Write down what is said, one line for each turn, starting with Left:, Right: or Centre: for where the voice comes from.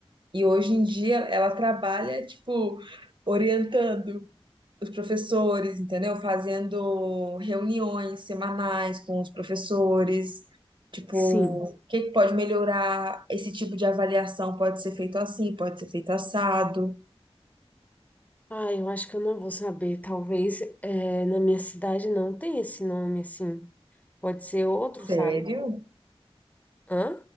Right: E hoje em dia ela trabalha, tipo, orientando. os professores, entendeu? Fazendo reuniões semanais com os professores, tipo,
Left: Sim.
Right: o que que pode melhorar? Esse tipo de avaliação pode ser feito assim, pode ser feito assado.
Left: Ah, eu acho que eu não vou saber, talvez é, na minha cidade não tem esse nome, assim, pode ser outro,
Right: Sério?
Left: sabe? Hã?